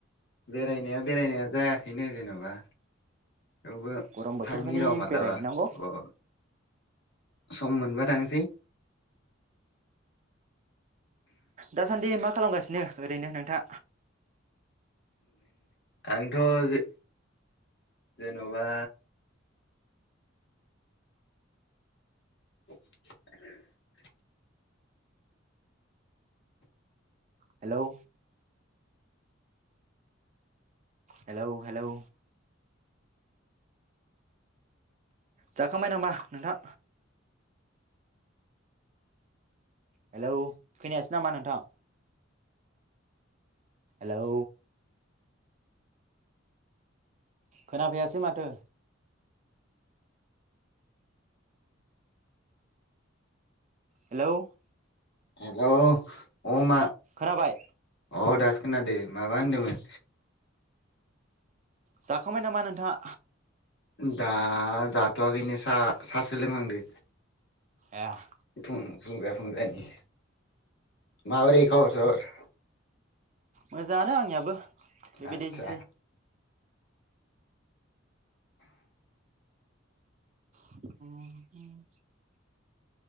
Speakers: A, on the left (about 60°); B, on the right (about 35°).
A: बेरायनाया बेरायनाया जायाखैनो जेनबा थेवबो
B: गरम बोथोरफोरनि
A: थांनि र' मालाबा
B: बेरायहैनांगौ
A: अ सम मोनबा थांसै।
B: दासानदि मा खालामगासिनो ओरैनो नोंथा?
A: आंथ' जे जेनबा <unintelligible>
B: हेलौ हेलौ हेलौ जाखांबाय नामा नोंथां? हेलौ खोनायासै नामा नोंथां? हेलौ खोनाफैयासै माथो। हेलौ
A: हेल' ओम
B: खोनाबाय।
A: अह दासो खोनादो माबा होनदोंमोन?
B: जाखांबाय नामा नोंथाङा?
A: दा जाथ'वाखैनो सा सासो लोंहांदो।
B: एह
A: फुं फुंजा फुंजानि माबोरै खबर सबर?
B: मोजाङानो आंनियाबो बेबायदिनोसै
A: आदसा
B: <unintelligible>